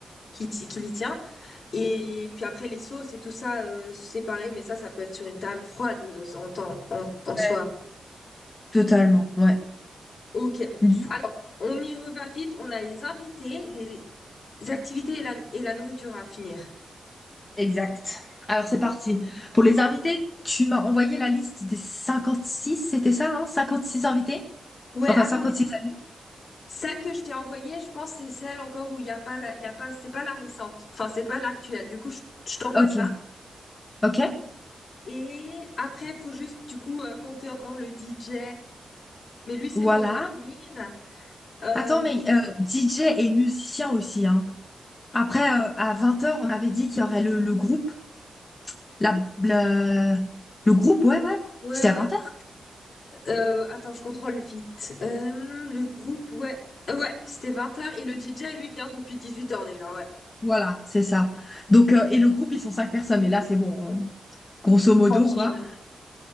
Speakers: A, on the left; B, on the left.
A: qu'il t'y- qu'il y tient. Et puis après, les sauces et tout ça euh, séparé, mais ça, ça peut être sur une table froide euh, en, temps- en, en
B: Ouais,
A: soi.
B: Totalement, ouais.
A: Ok.
B: Du...
A: Alors, on y revient vite. On a les invités, les activités et la, et la nourriture à finir.
B: Exact. Alors c'est parti. Pour les invités, tu m'as envoyé la liste des cinquante-six. c'était ça, hein? six invités?
A: Ouais,
B: Enfin,
A: attends,
B: 56
A: mais
B: amis.
A: celle que je t'ai envoyée, je pense que c'est celle encore où il y a pas, la- il y a pas, c'est pas la récente. Enfin, c'est pas l'actuelle. Du coup, je, je t'envoie
B: Ok,
A: ça.
B: ok.
A: Et après, il faut juste, du coup, euh, compter encore le DJ. Mais lui, c'est
B: Voilà.
A: bon, il va venir. Euh,
B: Attends, mais
A: puis,
B: euh, DJ et musicien aussi, hein. Après, euh, à vingt heures on avait dit qu'il y aurait le, le groupe. La, la- Le groupe, ouais, ouais.
A: ouais,
B: C'était
A: ouais.
B: à vingt heures.
A: ouais. Euh, attends, je contrôle vite. Euh, le groupe, ouais. Euh, Ouais, c'était 20 heures Et le DJ, lui, vient depuis 18 heures déjà, ouais.
B: Voilà, c'est ça. Donc, euh, et le groupe, ils sont cinq personnes, mais là, c'est bon, on- grosso modo,
A: Tranquille.
B: quoi.